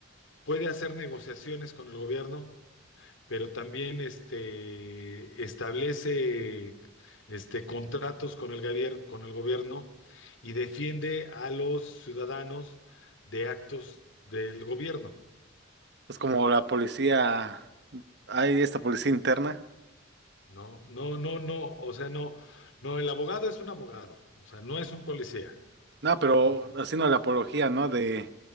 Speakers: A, on the left; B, on the right.
A: puede hacer negociaciones con el gobierno, pero también este, establece este, contratos con el gobierno, con el gobierno y defiende a los ciudadanos de actos del gobierno.
B: Es como la policía, hay esta policía interna.
A: No, no, no, no, o sea, no, no, el abogado es un abogado, o sea, no es un policía.
B: No, pero
A: ¿no?
B: haciendo la apología, ¿no? De